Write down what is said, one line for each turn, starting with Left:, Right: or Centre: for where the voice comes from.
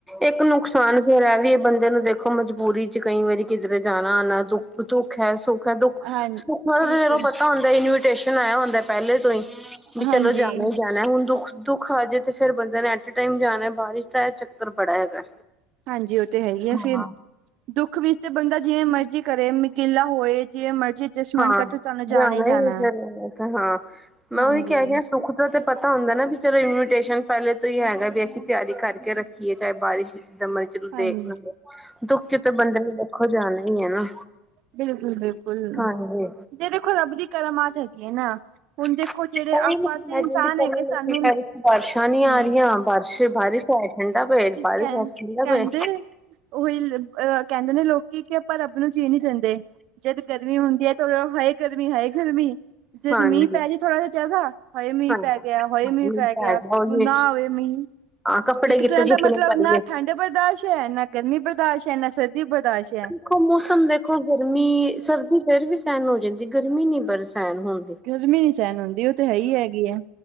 Centre: ਇੱਕ ਨੁਕਸਾਨ ਫੇਰ ਇਹ ਵੀ ਬੰਦੇ ਨੂੰ ਦੇਖੋ ਮਜਬੂਰੀ ਚ ਕਈ ਵਾਰੀ ਕਿੱਧਰੇ ਜਾਣਾ-ਆਣਾ ਦੁੱਖ ਦੁੱਖ ਹੈ ਸੁੱਖ ਦਾ ਦੁੱਖ
Right: ਹਾਂ
Centre: ਸੁੱਖਾਂ ਦਾ
Right: ਬਿਲਕੁਲ
Centre: ਤਾਂ ਚਲੋ ਪਤਾ ਹੁੰਦਾ ਇਨਵੀਟੇਸ਼ਨ ਆਇਆ ਹੁੰਦਾ। ਪਹਿਲੇ ਤੋਂ ਹੀ ਵੀ
Right: ਹਾਂਜੀ
Centre: ਚਲੋ ਜਾਣਾ ਹੀ ਜਾਣਾ। ਜਾਣਾ ਹੁਣ ਦੁੱਖ ਦੁੱਖ ਆ ਜੇ ਤੇ ਫੇਰ ਬੰਦੇ ਨੇ ਐਟ ਏ ਟਾਈਮ ਜਾਣਾ ਬਾਰਿਸ਼ ਦਾ ਇਹ ਚੱਕਰ ਬੜਾ ਹੈਗਾ।
Right: ਹਾਂਜੀ ਉਹ ਤੇ ਹੈ ਹੀ ਐ
Centre: ਹਾਂ
Right: ਫਿਰ। ਦੁੱਖ ਵਿੱਚ ਤੇ ਬੰਦਾ ਜਿਵੇਂ ਮਰਜ਼ੀ ਕਰੇ ਮਿਕਿਲਾ ਹੋਏ ਜਿਵੇਂ ਮਰਜ਼ੀ ਅਡਜਸਟਮੈਂਟ
Centre: ਹਾਂ
Right: ਕਰ ਤੁਹਾਨੂੰ
Centre: ਜਾਣਾ
Right: ਹੀ
Centre: ਈ
Right: ਹੈ।
Centre: ਫੇਰ ਹਾਂ ਮੈਂ
Right: ਹਾਂਜੀ
Centre: ਉਹੀ ਕਹਿ ਰਹੀ ਹਾਂ ਸੁੱਖ ਸੁੱਖ ਦਾ ਤੇ ਪਤਾ ਹੁੰਦਾ ਨਾ ਵੀ ਚਲੋ ਇਨਵੀਟੇਸ਼ਨ ਪਹਿਲੇ ਤੋਂ ਹੀ ਹੈਗਾ ਵੀ ਅਸੀਂ ਤਿਆਰੀ ਕਰਕੇ ਰੱਖੀਏ ਚਾਹੇ ਬਾਰਿਸ਼। ਜਿਦਾਂ ਮਰਜ਼ੀ ਚ
Right: ਹਾਂਜੀ
Centre: ਦੇਖ ਲਾਂਗੇ ਦੁੱਖ ਤੇ ਬੰਦਾ ਨੂੰ ਵੇਖੋ ਜਾਣਾ ਈ ਏ ਨਾ।
Right: ਬਿਲਕੁਲ-ਬਿਲਕੁਲ
Centre: ਹਾਂਜੀ
Right: ਇਹ ਦੇਖੋ ਰੱਬ ਦੀ ਕਰਾਮਾਤ ਹੈਗੀ ਏ ਨਾ।
Centre: <unintelligible>
Right: ਹੁਣ ਦੇਖੋ ਜਿਹੜੇ
Centre: ਬਾਰਿਸ਼ਾਂ
Right: ਆਪਾਂ ਤੇ ਇਨਸਾਨ ਹੈਗੇ ਸਾਨੂੰ
Centre: ਨਹੀਂ
Right: ਹਮ
Centre: ਆ ਰਹੀਆਂ ਬਾਰਿਸ਼-ਬਾਰਿਸ਼। ਪੈਰ ਠੰਡਾ ਪਏ ਫੇਰ ਪਾ
Right: ਕਹਿ
Centre: ਦੀ ਪੈਰ ਠੰਡਾ
Right: ਕਹਿੰਦੇ
Centre: ਪਏ
Right: ਉਹੀ ਅਹ ਕਹਿੰਦੇ ਨੇ ਲੋਕੀ ਕਿ ਆਪਾਂ ਰੱਬ ਨੂੰ ਜੀ ਨੀ- ਦਿੰਦੇ ਜਦ ਗਰਮੀ ਹੁੰਦੀ ਹੈ ਤਾਂ ਉਦੋਂ ਹਾਏ ਗਰਮੀ ਹਾਏ ਗਰਮੀ ਜਦ
Centre: ਹਾਂਜੀ
Right: ਮੀਂਹ ਪੈ ਜੇ ਥੋੜਾ ਜਿਹਾ ਜ਼ਿਆਦਾ ਹਾਏ ਮੀਂਹ
Centre: ਹਾਂ
Right: ਪੈ ਗਿਆ ਹਾਏ
Centre: ਹਾਂ
Right: ਮੀਂਹ ਪੈ ਗਿਆ
Centre: ਹੈਗਾ ਉਹੀ
Right: ਹੁਣ ਨਾ ਆਵੇ ਮੀਂਹ।
Centre: ਹਾਂ ਕੱਪੜੇ
Right: ਇੱਕ
Centre: ਕਿੱਥੇ
Right: ਤਰਾਂ
Centre: ਸੁੱਕਣੇ
Right: ਦਾ ਮਤਲਬ
Centre: ਪਾਈਏ
Right: ਨਾ ਠੰਡ ਠੰਡ ਬਰਦਾਸ਼ ਹੈ, ਨਾ ਗਰਮੀ ਬਰਦਾਸ਼ ਹੈ, ਨਾ ਸਰਦੀ ਬਰਦਾਸ਼ ਹੈ।
Centre: ਦੇਖੋ ਮੌਸਮ ਦੇਖੋ ਗਰਮੀ ਸਰਦੀ ਫੇਰ ਵੀ ਸਹਿਣ ਹੋ ਜਾਂਦੀ ਗਰਮੀ ਨੀ ਪਰ ਸਹਿਣ ਹੁੰਦੀ।
Right: ਗਰਮੀ ਨੀ ਸਹਿਣ ਹੁੰਦੀ ਉਹ ਤਾਂ ਹੈ ਹੀ ਹੈਗੀ ਹੈ।